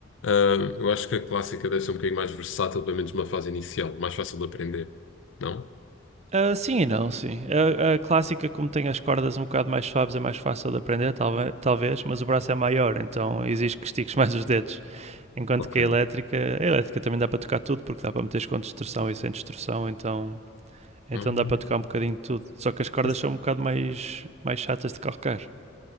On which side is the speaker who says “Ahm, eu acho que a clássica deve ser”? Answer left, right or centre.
Left